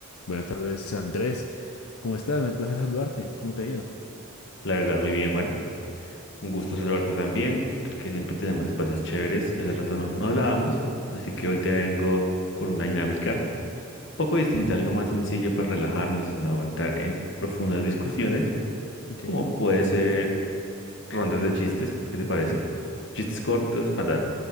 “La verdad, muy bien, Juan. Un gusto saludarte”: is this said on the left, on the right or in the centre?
Left